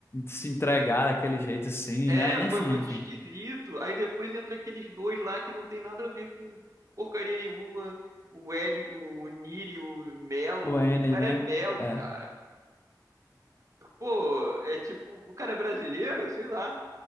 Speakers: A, on the left; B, on the right.
A: se entregar daquele jeito assim,
B: É,
A: né?
B: foi
A: Enfim,
B: muito
A: enfim.
B: esquisito. Aí depois entra aqueles dois lá que não tem nada a ver com porcaria nenhuma. O Hélio, o Niri, o Melo.
A: O N,
B: O cara
A: né?
B: é Melo,
A: É.
B: cara. Pô, é tipo, o cara é brasileiro, sei lá.